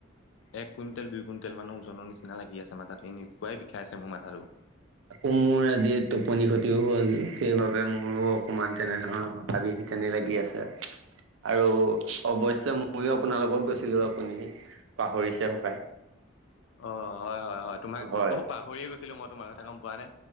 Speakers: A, on the left; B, on the right.
A: এক কুইণ্টেল দুই কুইণ্টেল মানৰ ওজনৰ নিচিনা লাগি আ ছে মাথাটো এনেকুৱাই বিষায় আছে মোৰ মাথাটো
B: আকৌ মোৰ আজি টোপনি ক্ষতিও হ'ল। সেইবাবে মোৰো অকমান তেনেধৰণৰ মাথা বিষ যেনেই লাগি আছে। আৰু অৱশ্যে শ্য ময়ো আপোনালোকক গৈছিলো আপুনি পাহৰিছে হপায়
A: অ হয় হয় হয় তোমাক
B: হয়
A: পাহৰিয়ে গৈছিলো মই তোমাৰ কথা গম পোৱা নে